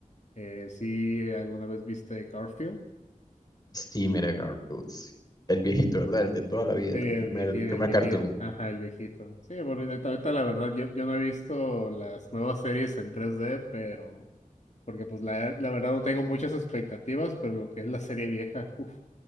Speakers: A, on the left (about 55°); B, on the left (about 25°).
A: Eh, sí, eh, ¿alguna vez viste Garfield?
B: Sí, mira, Garfield. sí. El viejito, ¿verdad? El de toda la vida,
A: Sí, el
B: el primer,
A: viejito,
B: el
A: el
B: primer
A: viejito,
B: cartoon.
A: ajá, el viejito. Sí, bueno, ahorita, ahorita la verdad, yo, yo no he visto las nuevas series en 3D, pero porque pues la, la verdad no tengo muchas expectativas, pero lo que es la serie vieja, uff.